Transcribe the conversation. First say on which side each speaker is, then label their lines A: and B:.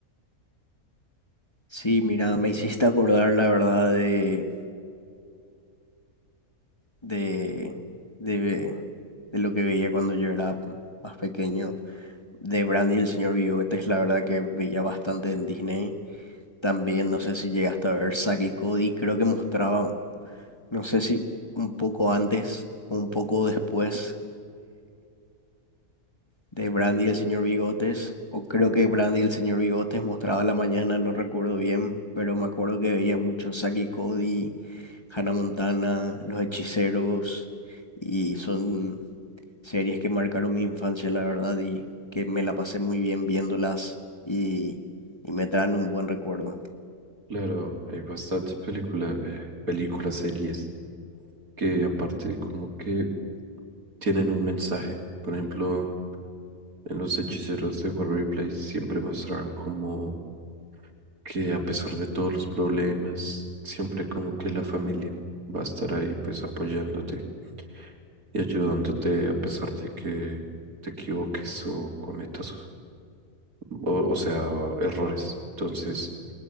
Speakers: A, on the left (about 20°); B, on the right (about 65°).
A: Sí, mira, me hiciste acordar la verdad de, de, de, ve- de lo que veía cuando yo era más pequeño, de Brandy y el señor Bigotes, la verdad que veía bastante en Disney. También no sé si llegaste a ver Zack y Cody, creo que mostraba, no sé si un poco antes o un poco después de Brandy y el señor Bigotes, o creo que Brandy y el señor Bigotes mostraba a la mañana, no recuerdo bien, pero me acuerdo que veía mucho Saki y Cody, Hannah Montana, Los Hechiceros, y son series que marcaron mi infancia, la verdad, y que me la pasé muy bien viéndolas y, y me traen un buen recuerdo.
B: Claro, hay bastantes películas, películas, series que aparte como que tienen un mensaje. Por ejemplo, En los hechiceros de Waverly Place siempre mostraban como que a pesar de todos los problemas, siempre como que la familia va a estar ahí pues apoyándote y ayudándote a pesar de que te equivoques o cometas, o, o sea, errores. Entonces,